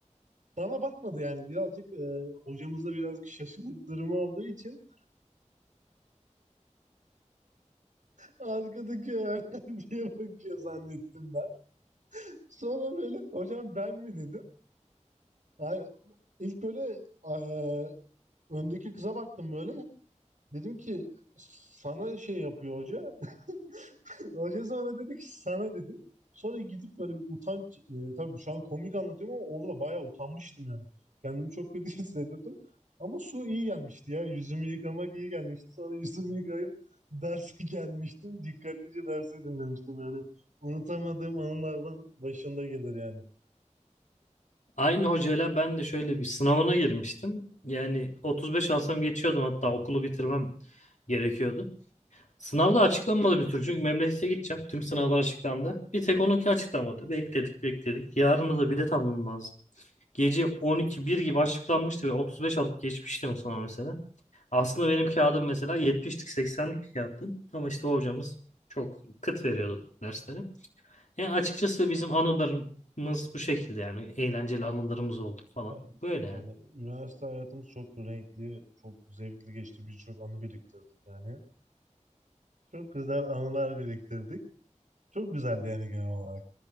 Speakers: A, on the right; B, on the left.
A: Bana bakmadı yani. Birazcık e, hocamız da birazcık şaşırdık durumu olduğu için arkadaki öğrenciye <laughs> bakıyor zannettim ben. Sonra böyle hocam ben mi dedi. Ay, ilk böyle eee, öndeki kıza baktım böyle. Dedim ki sana şey yapıyor hoca. <laughs> Hoca sana dedi ki sana dedi. Sonra gidip böyle bir utanç. eee, tabii şu an komik anlatıyorum ama orada bayağı utanmıştım yani. Kendimi çok kötü <laughs> hissediyordum. Ama su iyi gelmişti ya. Yüzümü yıkamak iyi gelmişti. Sonra yüzümü yıkayıp derse <laughs> gelmiştim. Dikkatlice dersi dinlemiştim yani. Unutamadığım anılardan başında gelir yani.
B: Aynı hocayla ben de şöyle bir sınavına girmiştim. Yani 35 alsam geçiyordum hatta okulu bitirmem gerekiyordu. Sınavda açıklanmadı bir türlü çünkü memlekete gideceğim. Tüm sınavlar açıklandı. Bir tek onunki açıklanmadı. Bekledik bekledik. Yarın da bilet almam lazım. Gece 12-1 gibi açıklanmıştı ve 35 alıp geçmiştim o sınav mesela. Aslında benim kağıdım mesela 70'lik 80'lik bir kağıttı. Ama işte o hocamız çok kıt veriyordu dersleri. Yani açıkçası bizim anılarımız bu şekilde yani. Eğlenceli anılarımız oldu falan.
A: Yani,
B: Böyle yani.
A: yani üniversite hayatımız çok renkli, çok zevkli geçti. Birçok anı biriktirdik yani. Çok güzel anılar biriktirdik. Çok güzeldi yani genel olarak.